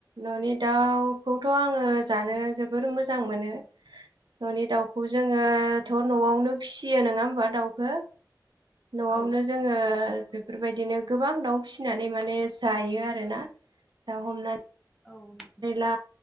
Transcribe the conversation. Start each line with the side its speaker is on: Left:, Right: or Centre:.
Right: न'नि दाउखौथ' आङो जानो जोबोर मोजां मोनो न'नि दाउखौ जोङोथ' न'आवनो फिसियो नोङा होमबा दाउखो न'आवनो
Centre: औ
Right: जोङो बे फोरबायदिनो गोबां दाउ फिसिनानै माने जायो आरोना दाउ हमनानै
Centre: औ नोंथां
Right: ला